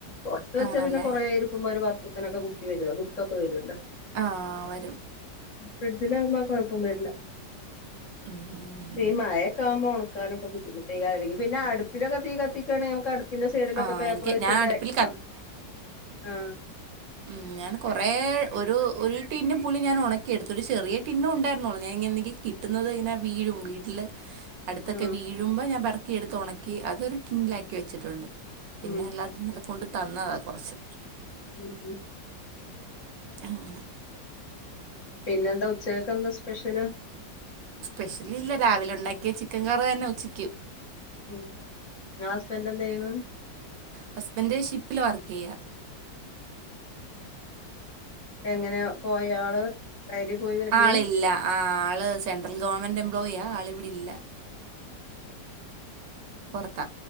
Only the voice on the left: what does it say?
പുറത്ത് വെച്ചാ
പിന്നെ കുറേ ഇരിക്കുമ്പോ ഒരു വർത്തത്തിനൊക്കെ കുത്തി വരിക കുത്തൊക്കെ വരുവല്ലോ
ഫ്രിഡ്ജിലാകുമ്പ ആ കുഴപ്പം വരില്ല
ഈ മഴൊക്കെയാകുമ്പോ ഉണക്കാനൊക്കെ ബുദ്ധിമുട്ട് അല്ലെങ്കി പിന്നെ അടുപ്പിലക്കെ തീ കത്തിക്കു കാണേ നമുക്ക് അടു പിന്നെ സൈഡിലൊക്കെ
പേപ്പർ
വെച്ചിട്ട്
ആ ആ
ഉം
ഉം
ഉം ഉം
പിന്നെന്താ ഉച്ചക്കക്ക്‌ എന്താ സ്പെഷ്യല്?
ഉം നിങ്ങളെ ഹസ്ബൻഡ് എന്ത് ചെയ്യണ്
എങ്ങനെയ പോയാള് ഡെയിലി പോയി വരലാ?